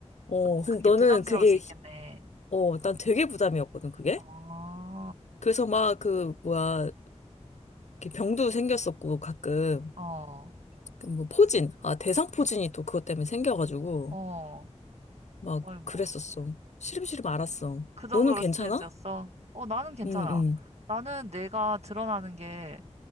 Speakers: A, on the left; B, on the right.
A: 어,
B: 좀
A: 근데
B: 그게
A: 너는
B: 부담스러울
A: 그게,
B: 수 있겠네.
A: 히- 어, 난 되게 부담이었거든, 그게.
B: 어,
A: 그래서 막 그, 뭐야, 이렇게 병도 생겼었고, 가끔.
B: 어,
A: 그 뭐, 포진. 아, 대상 포진이 또 그것 때문에 생겨가지고,
B: 어.
A: 막
B: 아이고,
A: 그랬었어. 시름시름 알았어.
B: 그 정도로
A: 너는 괜찮아?
B: 스트레스였어? 어, 나는 괜찮아.
A: 응, 응,
B: 나는 내가 드러나는 게